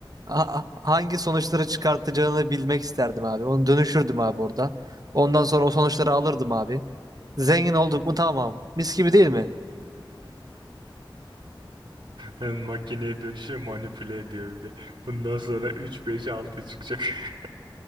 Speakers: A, on the right; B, on the right.
A: ha- hangi sonuçları çıkartacağını bilmek isterdim abi. Onu dönüşürdüm abi orada. Ondan sonra o sonuçları alırdım abi. Zengin olduk mu tamam. Mis gibi değil mi?
B: Makineye dönüşüyor manipüle ediyor bir de. Bundan sonra 3 5 6 çıkacak. <laughs>